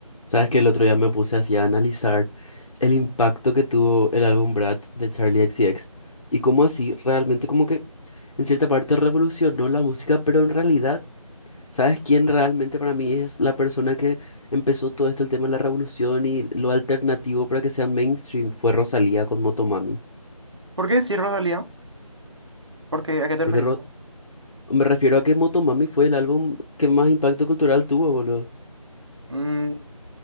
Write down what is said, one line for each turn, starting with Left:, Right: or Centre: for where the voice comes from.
Left: Sabes que el otro día me puse así a analizar el impacto que tuvo el álbum Brad de Charlie X C X y cómo así realmente como que en cierta parte revolucionó la música, pero en realidad, ¿sabes quién realmente para mí es la persona que empezó todo esto, el tema de la revolución y lo alternativo para que sea mainstream? Fue Rosalía con Motomami.
Right: ¿Por qué decir Rodalía? Porque, ¿a qué te
Left: Porque
Right: referís?
Left: Ro- me refiero a que Motomami fue el álbum que más impacto cultural tuvo, boludo.
Right: Mm,